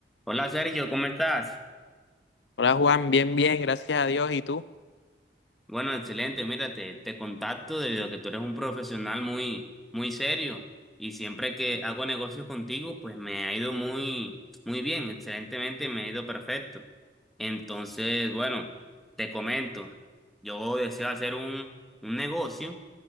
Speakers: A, in the centre; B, on the left.
A: Hola Sergio, ¿cómo estás?
B: Hola Juan, bien, bien, gracias a Dios. ¿Y tú?
A: Bueno, excelente. Mira, te, te contacto debido a que tú eres un profesional muy, muy serio y siempre que hago negocios contigo, pues me ha ido muy, muy bien, excelentemente, me ha ido perfecto. Entonces, bueno, te comento, yo deseo hacer un, un negocio